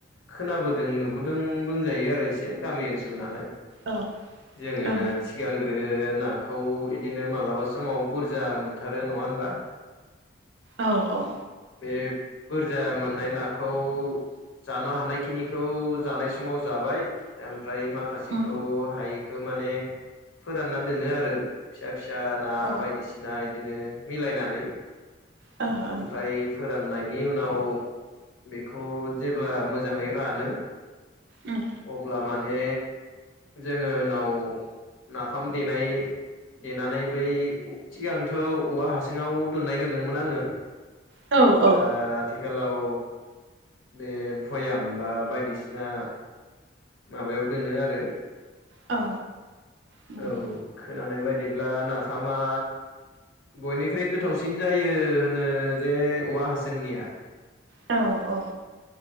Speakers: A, on the left; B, on the right.
A: खोनाबोदों नुबोदों बुंजायो आरो एसे गामि ओनसोल नालाय
B: औ
A: जोङो
B: ओं
A: सिगांग्रो नाखौ बिदिनो मालाबा समाव बुरजा मोनथारो नङा होनबा।
B: औ औ।
A: बे बुरजा मोननाय नाखौ जानो हानायखिनिखौ जानाय समाव जाबाय ओमफ्राय माखासेखौ
B: औ
A: हाय खौ माने फोरानना दोनो आरो फिसा फिसा ना
B: ओ
A: बायदिसि सिना बिदिनो मिलायनानै।
B: ओं
A: ओमफ्राय फोराननायनि उनाव बेखौ जेब्ला मोजाङै रानो
B: ओम
A: अब्ला माने जोङो उनाव नाफाम देनाय देनानै बै थिग आंथ' औवा हसिङाव दोननाय नुदोंमोन आङो
B: औ औ
A: दा आथिखालाव बे भयाम बा बायदिसिना माबायाव दोनो आरो
B: औ। नंगौ
A: औ खोनानाय बायदिब्ला नाफामा बयनिख्रुइ गोथावसिन जायो होनो जे औवा हासोंनिया
B: औ औ।